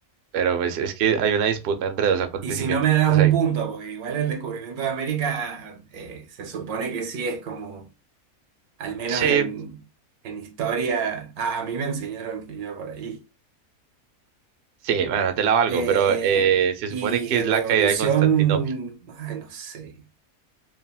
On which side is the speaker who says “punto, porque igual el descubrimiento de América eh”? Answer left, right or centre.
Right